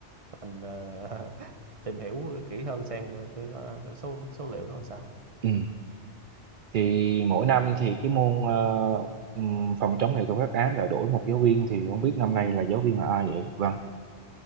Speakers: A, on the right (about 30°); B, on the right (about 55°).
A: mình ờ, <laughs> tìm hiểu kỹ hơn xem cái, cái cái số cái số liệu nó làm sao.
B: ừ, thì mỗi năm thì cái môn ờ, ừm, phòng chống nghệ thuật phát án lại đổi một giáo viên thì không biết năm nay là giáo viên là ai vậy Vâng